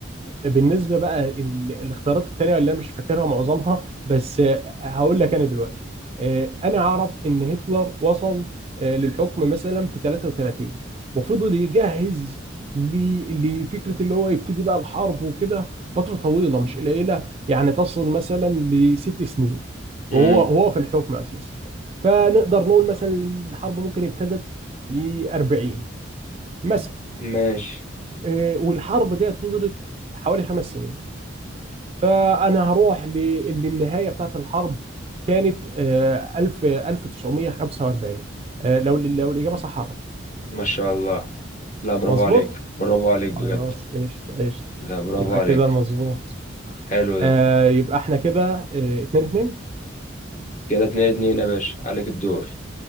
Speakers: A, on the right; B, on the left.
A: وبالنسبه بقى ال- الاختيارات التانيه اللي انا مش فاكرها معظمها بس آه هقول لك انا دلوقتي آه انا اعرف ان هتلر وصل آه للحكم مثلا في 33 وفضل يجهز ل- لفكره اللي هو يبتدي بقى الحرب وكده فتره طويله مش قليله يعني تصل مثلا لست سنين
B: مم.
A: وهو هو في الحكم اساسا فنقدر نقول مثلا الحرب ممكن ابتدت ي 40 مثلا
B: ماشي
A: إيه، والحرب ديت فضلت حوالي خمس سنين فانا هروح ل- للنهايه بتاعت الحرب كانت آه، 1000 1945 آه، لو لو الاجابه صح عرف
B: ما شاء الله لا برافو
A: مظبوط
B: عليك برافو عليك بجد
A: خلاص قشطه قشطه
B: لا برافو
A: يبقى
B: عليك
A: كده مظبوط
B: حلو
A: آه،
B: ده
A: يبقى احنا كده آه، اتنين اتنين
B: كده اتنين اتنين يا باشا عليك الدور